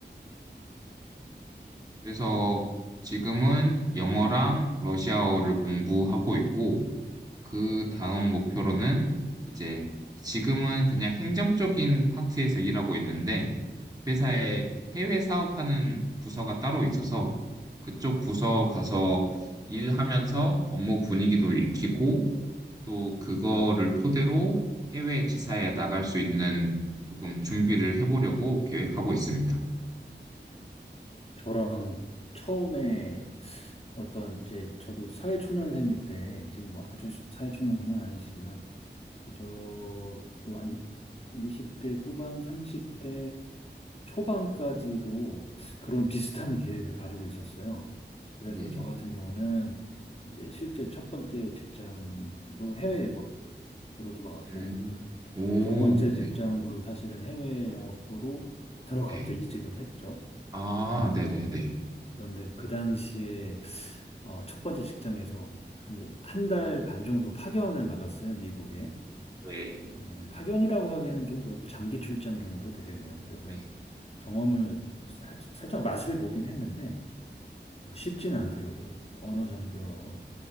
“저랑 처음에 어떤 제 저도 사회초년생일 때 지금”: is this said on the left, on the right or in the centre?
Left